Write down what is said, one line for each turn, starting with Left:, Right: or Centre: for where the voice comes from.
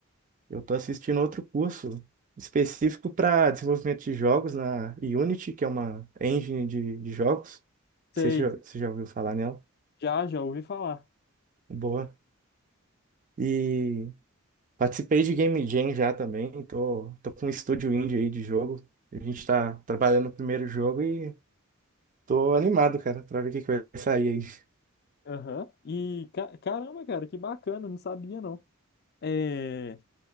Right: Eu tô assistindo outro curso específico para desenvolvimento de jogos na Unity, que é uma engine de, de jogos.
Left: Sei.
Right: Você já, você já ouviu falar nela?
Left: Já, já ouvi falar.
Right: Boa. E participei de Game Jam já também. Tô, tô com um estúdio indie aí de jogo. A gente tá trabalhando no primeiro jogo e tô animado, cara, pra ver o que que vai sair aí.
Left: Aham. E ca- caramba, cara, que bacana, não sabia não. É...